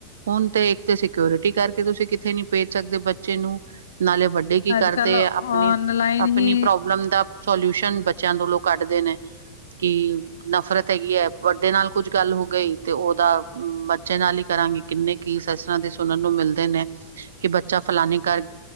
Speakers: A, on the right; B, on the left.
A: ਹੁਣ ਤਾਂ ਇੱਕ ਤਾਂ ਸਿਓਰਿਟੀ ਕਰਕੇ ਤੁਸੀਂ ਕਿੱਥੇ ਨੀ ਭੇਜ ਸਕਦੇ ਬੱਚੇ ਨੂੰ ਨਾਲੇ ਵੱਡੇ ਕੀ ਕਰਦੇ
B: ਅੱਜ ਕੱਲ ਔਨਲਾਈਨ
A: ਅਪਣੀ, ਅਪਣੀ ਆਪਣੀ
B: ਹੀ
A: ਪ੍ਰੋਬਲਮ ਦਾ ਸੋਲਿਊਸ਼ਨ ਬੱਚਿਆਂ ਕੋਲੋਂ ਕੱਢਦੇ ਨੇ ਕਿ ਨਫ਼ਰਤ ਹੈਗੀ ਹੈ, ਵੱਡੇ ਨਾਲ ਕੁੱਝ ਗੱਲ ਹੋ ਗਈ ਤੇ ਉਹਦਾ ਬੱਚੇ ਨਾਲ ਈ ਕਰਾਂਗੇ, ਕਿੰਨੇ ਕੇਸ ਇਸ ਤਰ੍ਹਾਂ ਦੇ ਸੁਣਨ ਨੂੰ ਮਿਲਦੇ ਨੇ ਕਿ ਬੱਚਾ ਫਲਾਨੇ ਘਰ